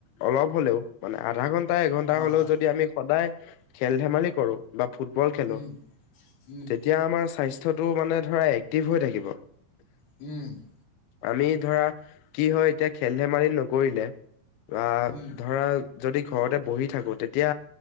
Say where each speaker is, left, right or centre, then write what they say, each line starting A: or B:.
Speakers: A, on the left (about 80°); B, on the left (about 45°).
A: অলপ হ'লেও মানে আধা ঘন্টা এঘন্টা
B: হয়
A: হ'লেও
B: হয়
A: যদি আমি সদায় খেল ধেমালি কৰো বা ফুটবল খেলো
B: উম উম
A: তেতিয়া আমাৰ স্বাস্থ স্বাস্থ্যটো মানে ধৰা এক্টিভ হৈ থাকিব
B: উম
A: আমি ধৰা কি হয় এতিয়া খেল ধেমালি নকৰিলে বা
B: উম
A: ধৰা যদি ঘৰতে বহি থাকো তেতিয়া